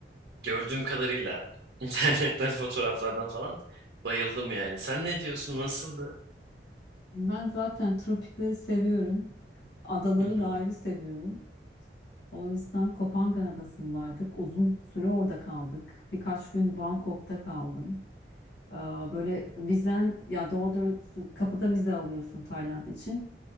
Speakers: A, on the right (about 65°); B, on the left (about 85°).
A: gördüğüm kadarıyla <laughs> internetten fotoğraflardan falan bayıldım yani. Sen ne diyorsun? Nasıldı?
B: Ben zaten tropikleri seviyorum. Adaları
A: Hı hı.
B: da ayrı seviyorum. O yüzden Kopangan Adası'ndaydık. Uzun süre orada kaldık. Birkaç gün Bangkok'ta kaldım. Ee, böyle vizen ya doğru doğrusu kapıda vize alıyorsun Tayland için.